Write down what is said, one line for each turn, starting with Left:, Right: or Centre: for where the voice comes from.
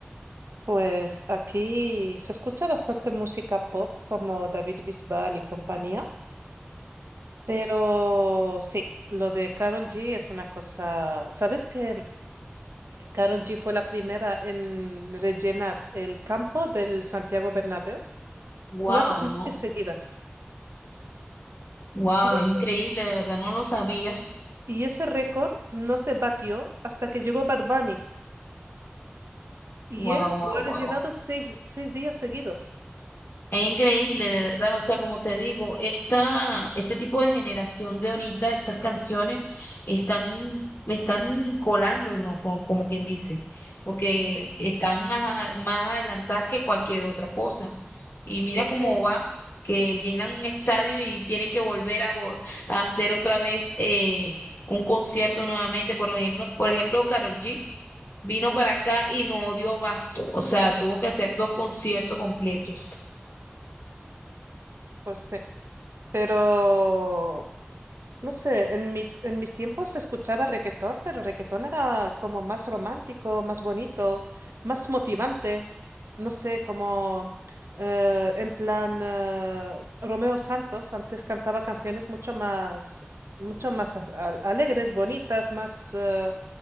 Right: Pues aquí se escucha bastante música pop como David Bisbal y compañía, pero sí, lo de Karol G es una cosa. ¿Sabes que Karol G fue la primera en rellenar el campo del Santiago Bernabéu?
Left: Wow,
Right: Cuatro noches
Left: ¿no?
Right: seguidas.
Left: Wow,
Right: Cua-
Left: es increíble, de verdad no lo sabía.
Right: Y ese récord no se batió hasta que llegó Bad Bunny y
Left: Wow,
Right: él
Left: wow,
Right: lo ha
Left: wow.
Right: rellenado seis, seis días seguidos.
Left: Es increíble, de verdad. O sea, como te digo, esta, este tipo de generación de ahorita, estas canciones están, están colándonos, como, como quien dice, porque
Right: Sí,
Left: están más, a- más adelantadas que cualquier otra cosa. Y mira
Right: porque...
Left: cómo va, que llenan un estadio y tienen que volver a, vol- a hacer otra vez eh, un concierto nuevamente. Por ejemplo, por ejemplo, Karol G vino
Right: Ujú,
Left: para acá y no dio basto. O sea, tuvo que hacer dos conciertos completos.
Right: Pues sí, pero. No sé, en mi, en mis tiempos se escuchaba reggaetón, pero reggaetón era como más romántico, más bonito, más motivante. No sé, como eh, en plan eh, Romeo Santos antes cantaba canciones mucho más, mucho más a- a- alegres, bonitas, más eh,